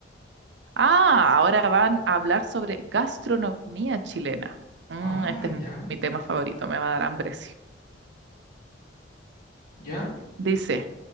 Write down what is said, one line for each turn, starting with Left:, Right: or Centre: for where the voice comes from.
Right: Ah, ahora van a hablar sobre gastronomía chilena. Mm,
Left: Ah,
Right: este es
Left: ya,
Right: mi tema favorito, me va a dar hambre, sí.
Left: ya.
Right: Dice,